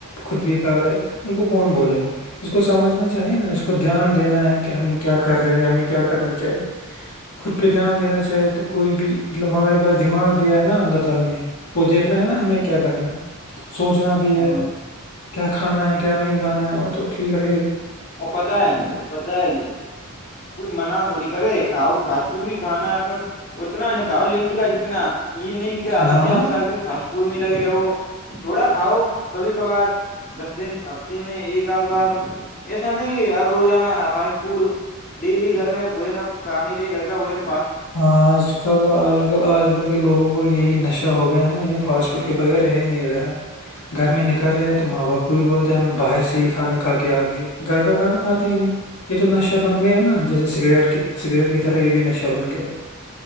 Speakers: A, on the left (about 85°); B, on the left (about 35°).
A: خود بھی کھا رہے ان کو کون بولے گا اس کو سمجھنا چاہیے نا اس کو دھیان دینا ہے کہ ہم کیا کر رہے ہیں ہمیں کیا کرنا چاہی خود پہ جان دینا چاہے تو کوئی بھی مطلب ہمارے پاس دماغ دیا ہے نا اللہ تعالی نے وہ دیکھنا ہے نا ہمیں کیا کرنا ہے سوچنا بھی ہے
B: ہاں
A: کیا کھانا ہے کیا نہیں کھانا ہے وہ تو ٹھیک رہے گا
B: وہ پتہ ہے پت ہے کوئی مناع تھوڑی کرے کاؤ فاسٹ فوڈ بھی کھانا ہے پر اتنا نہیں کہا لمٹ کا جتنا یہ نہیں کہ حالانکہ
A: ہاں
B: آپ سارے دن فاسٹ پمی لگی رہو تھوڑا کھاؤ کبھی کبھار دس دن اب میں ایک آدھ بار ایسا نہیں کہ روزانہ فاسٹ فوڈ ڈیلی گھر میں بوجن اب کھانی رہے گھر کا بھجن
A: ہ آج کل م آج کل آج کل کے لوگوں کو یہی نشہ ہو گیا ہے نا یہ فاسٹ فوڈ کے بغیر رہ ہی نہیں رہا ہے گھر میں نکل رہے تو ماں باپ کو بھی بولتے ہم باہر سے ہی کھانا کھا کے آگے گھر کا کھانا کھاتے ہی نہیں یہ تو نشہ بن گیا ہے نا جیسے سگریٹ کی سگریٹ کی طرح یہ بھی نشہ بن گیا ہے